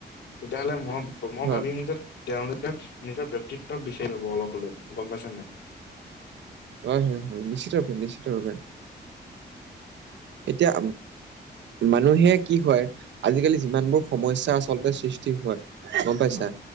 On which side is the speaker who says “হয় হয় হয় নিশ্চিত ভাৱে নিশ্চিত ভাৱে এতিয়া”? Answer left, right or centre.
Right